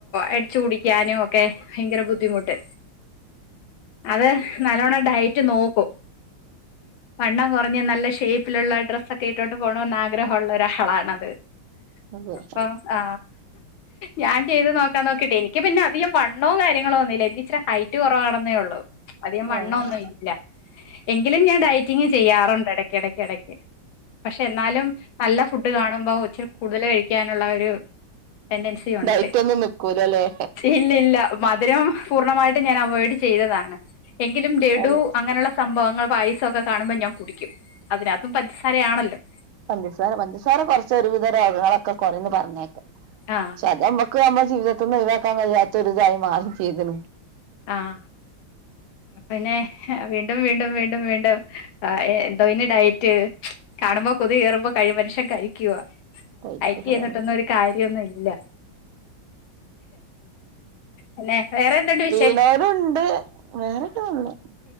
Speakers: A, on the left; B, on the right.
A: അടിച്ചു കുടിക്കാനുക്കെ ഭയങ്കര ബുദ്ധിമുട്ട്. അത് നല്ലവണം ഡയറ്റ് നോക്കും വണ്ണം കുറഞ്ഞ നല്ല ഷേപ്പിലുള്ള ഡ്രസ്സൊക്കെ ഇട്ടോണ്ട് പോണന്ന് ആഗ്രഹോള്ള ഒരാളാണത്
B: അതെ
A: അപ്പം ആ ഞാൻ ചെയ്ത് നോക്കാൻ നോക്കിട്ട് എനിക്ക് പിന്നെ അധികം വണ്ണോ കാര്യങ്ങളോന്നുല്ല എനിക്കിച്ചിരി ഹൈറ്റ് കുറവാണെന്നേ ഒള്ളൂ. അധികം വണ്ണോന്നുല്ല
B: ആഹ്
A: എങ്കിലും ഞാൻ ഡയറ്റിങ് ചെയ്യാറുണ്ട് എടക്കടക്ക്. ക്കെടെക്ക് പഷെ എന്നാലും നല്ല ഫുഡ് കാണുമ്പോ ഇച്ചിരെ കൂടുതല് കഴിക്കാൻ ള്ളൊരു ടെണ്ടൻസി ഒണ്ട്
B: ഡയറ്റൊന്നും നിക്കൂലല്ലേ
A: ഇല്ലില്ല മധുരം പൂർണമായി ട്ട് ഞൻ അവോയ്‌ഡ്‌ ചെയ്തതാണ് എങ്കിലും ലഡു
B: അതെ
A: അങ്ങനൊള്ള സംഭവങ്ങൾ പായസൊക്കെ കാണുമ്പോ ഞാൻ കുടിക്കും. അതിനകത്തും പഞ്ചസാരയാണല്ലോ
B: പഞ്ചസാര പഞ്ചസാര കൊറച്ചാ ഒരുവിധ രോഗങ്ങളൊക്കെ കൊറയുന്ന് പറഞ്ഞേക്കാം.
A: ആ
B: ഷെ അതമ്മക്കു അമ്മ ജീവിതത്തിന്നൊഴുവാക്കാൻ കഴിയാത്ത ഒരിതായി മാറും ചെയ്തിന്.
A: ആഹ് പിന്നെ വീണ്ടും വീണ്ടും വീണ്ടും വീണ്ടും ആ എന്തോയ്ന് ഡയെ റ്റ് കാണുമ്പ കൊതിയേറുമ്പോ മനുഷ്യൻ കഴിക്കുവ.
B: റേറ്റ്
A: ഐറ്റി ചെയ്തിട്ടൊന്നും
B: അതാണ്
A: ഒരു കാര്യൊന്നുല്ല. അന്നെ വേറെ എന്തുണ്ട് വി
B: ല്ലാവരുണ്ട് <unintelligible>